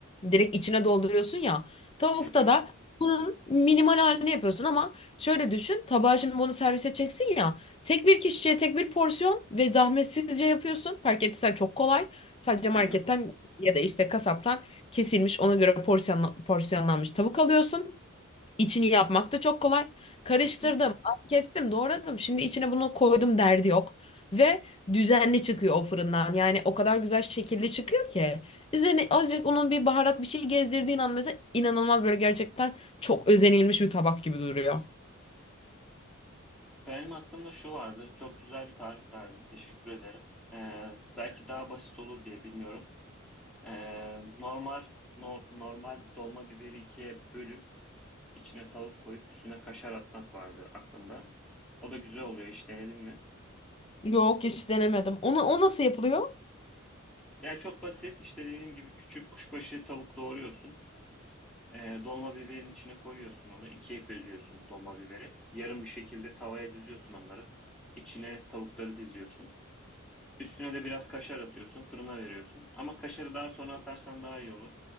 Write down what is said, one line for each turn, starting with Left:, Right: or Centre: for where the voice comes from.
Left: direkt içine dolduruyorsun ya. Tavukta
Centre: Hı hı.
Left: da bunun minimal halini yapıyorsun ama şöyle düşün. Tabağa şimdi bunu servis edeceksin ya. Tek bir kişiye tek bir porsiyon ve zahmetsizce yapıyorsun. Fark ettiysen çok kolay. Sadece marketten
Centre: Evet.
Left: ya da işte kasaptan kesilmiş ona göre porsiyonla- porsiyonlanmış tavuk alıyorsun. İçini yapmak da çok kolay. Karıştırdım,
Centre: Hı hı.
Left: ay kestim, doğradım. Şimdi içine bunu koydum derdi yok. Ve düzenli çıkıyor o fırından. Yani o kadar güzel şekilli çıkıyor ki. Üzerine azıcık onun bir baharat bir şey gezdirdiğin an mesela inanılmaz böyle gerçekten çok özenilmiş bir tabak gibi duruyor.
Centre: Benim aklımda şu vardı. Çok güzel bir tarif verdin. Teşekkür ederim. Ee, belki daha basit olur diye bilmiyorum. Ee, normal no- normal dolma biberi ikiye bölüp içine tavuk koyup üstüne kaşar atmak vardı aklımda. O da güzel oluyor hiç denedin mi?
Left: Yok hiç denemedim. Onu, o nasıl yapılıyor?
Centre: Yani çok basit işte dediğim gibi küçük kuşbaşı tavuk doğruyorsun. Ee, dolma biberin içine koyuyorsun onu. ikiye bölüyorsun dolma biberi. Yarım bir şekilde tavaya diziyorsun onları. İçine tavukları diziyorsun. Üstüne de biraz kaşar atıyorsun. Fırına veriyorsun. Ama kaşarı daha sonra atarsan daha iyi olur.